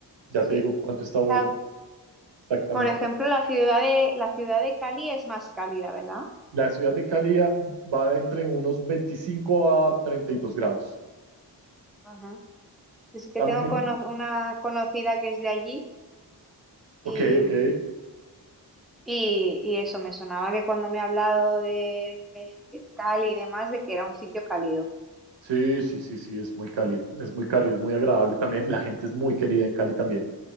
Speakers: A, on the right (about 85°); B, in the centre.
A: Ya
B: sí.
A: te digo cuánto está Bogotá.
B: Ah,
A: Exactamente.
B: Por ejemplo, la ciudad de, la ciudad de Cali es más cálida, ¿verdad?
A: La ciudad de Cali va de entre unos 25 a 32 grados.
B: Ajá. Yo sí que
A: También,
B: tengo cono- una conocida que es de allí y,
A: ok, ok.
B: mm, y, y eso, me sonaba que cuando me ha hablado de, de de Cali y demás, de que era un sitio cálido.
A: Sí, sí, sí, sí, es muy cálido, es muy cálido, es muy agradable también. La gente es muy querida en Cali también.